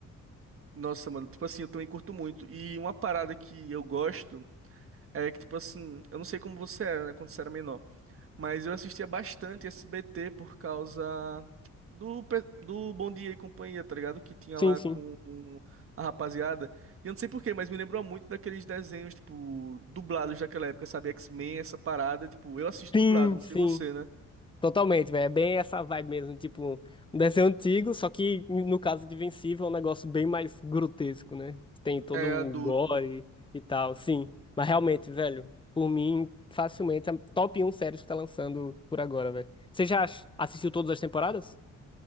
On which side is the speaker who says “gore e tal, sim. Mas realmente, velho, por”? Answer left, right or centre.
Left